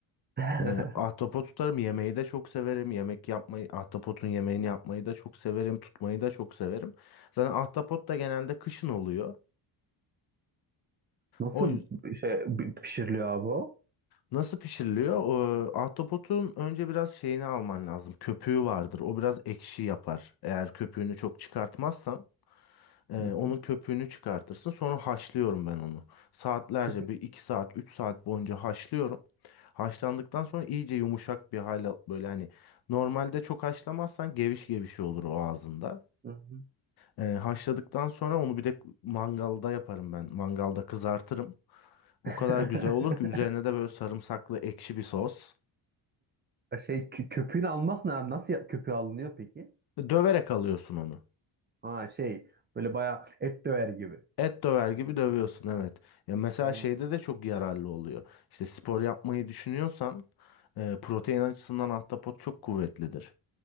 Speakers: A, on the right; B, on the left.
A: <laughs>
B: Ee, ahtapot tutarım. Yemeği de çok severim. Yemek yapmayı, ahtapotun yemeğini yapmayı da çok severim. Tutmayı da çok severim. Zaten ahtapot da genelde kışın oluyor.
A: Nasıl
B: O yüz-
A: bir şey bi- pişiriliyor abi o?
B: nasıl pişiriliyor? Ee, ahtapotun önce biraz şeyini alman lazım. Köpüğü vardır. O biraz ekşi yapar. Eğer köpüğünü çok çıkartmazsan. Ee,
A: Hı
B: onun
A: hı.
B: köpüğünü çıkartırsın. Sonra haşlıyorum ben onu. Saatlerce
A: Köpü.
B: bir 2 saat 3 saat boyunca haşlıyorum. Haşlandıktan sonra iyice yumuşak bir hale böyle hani normalde çok haşlamazsan geviş geviş olur o ağzında.
A: Hı hı.
B: Ee, haşladıktan sonra onu bir de mangalda yaparım ben. Mangalda kızartırım. O
A: <laughs>
B: kadar güzel olur ki üzerine de böyle sarımsaklı ekşi bir sos.
A: Şey kö- köpüğünü almak ne abi? Nasıl ya- köpüğü alınıyor peki?
B: Döverek alıyorsun onu.
A: Ha şey böyle bayağı et döver gibi.
B: Et döver gibi dövüyorsun evet. Ya mesela
A: Am-
B: şeyde de çok yararlı oluyor. İşte spor yapmayı düşünüyorsan e, protein açısından ahtapot çok kuvvetlidir.